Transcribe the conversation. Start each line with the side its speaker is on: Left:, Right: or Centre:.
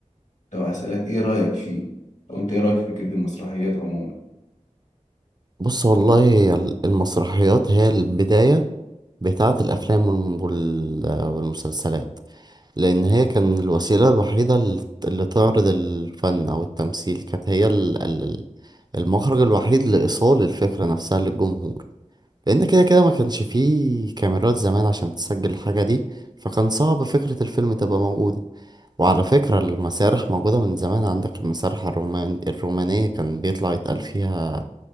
Left: لو هسألك إيه رأيك فيه أو أنت إيه رأيك في فكرة المسرحيات عموما
Right: بص والله هي ال- المسرحيات هي البداية بتاعة الأفلام والم- وال- والمسلسلات لأن هي كان الوسيلة الوحيدة الل- اللي تعرض الفن أو التمثيل كانت هي ال- ال- ال- المخرج الوحيد لإيصال الفكرة نفسها للجمهور لأن كده كده ما كانش فيه كاميرات زمان عشان تسجل الحاجة دي فكان صعب فكرة الفيلم تبقى موجودة وعلى فكرة المسارح موجودة من زمان عندك المسارح الرومان الرومانية كان بيطلع يتقال فيها